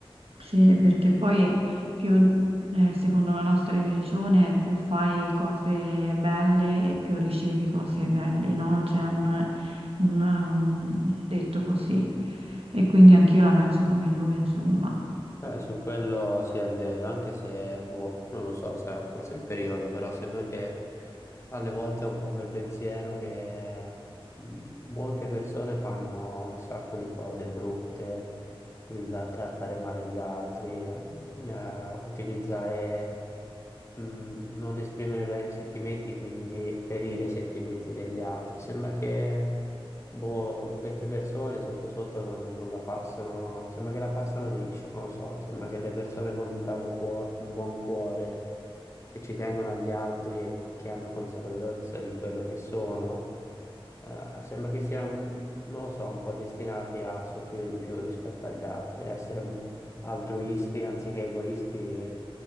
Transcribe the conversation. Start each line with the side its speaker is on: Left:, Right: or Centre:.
Right: Sì, perché poi più, eh, secondo la nostra religione, più fai cose belle e più ricevi cose belle, no? C'è un, un- un detto così. E quindi anch'io la penso come lui, insomma.
Left: Beh, su quello sì è vero, anche se, boh, non lo so, sarà forse il periodo, però sembra che alle volte è un po' quel pensiero che mh, molte persone fanno un sacco di cose brutte, il trattare male gli altri, mh, eh, utilizzare, mh, non esprimere bene i sentimenti, quindi ferire i sentimenti degli altri. Sembra che Boh, queste persone sotto sotto non, non la passano, sembra che la passano liscia, non lo so, sembra che le persone con un bravo cuore, un buon cuore, che ci tengono agli altri e che hanno consapevolezza di quello che sono, eh, sembra che siano, non lo so, un po' destinati a soffrire di più rispetto agli altri, a essere un altruisti anziché egoisti, e